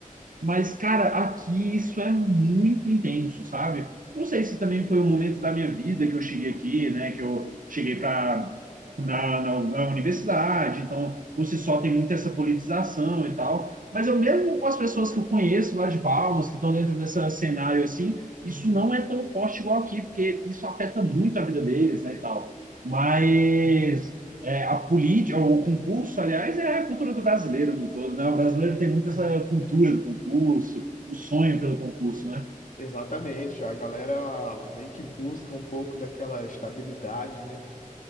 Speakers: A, on the right (about 70°); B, on the left (about 60°).
A: Mas cara, aqui isso é muito intenso, sabe? Não sei se também foi um momento da minha vida que eu cheguei aqui, né, que eu cheguei para na, na, na, universidade, então por si só tem muita essa politização e tal. Mas eu mesmo com as pessoas que eu conheço lá de Palmas, que estão dentro desse cenário assim, isso não é tão forte igual aqui, porque isso afeta muito a vida deles, né, e tal. Mas é, a política, o concurso, aliás, é a cultura do brasileiro no todo, né? O brasileiro tem muito essa cultura do concurso, o sonho pelo concurso, né?
B: Exatamente, a galera ah, meio que busca um pouco daquela estabilidade, né?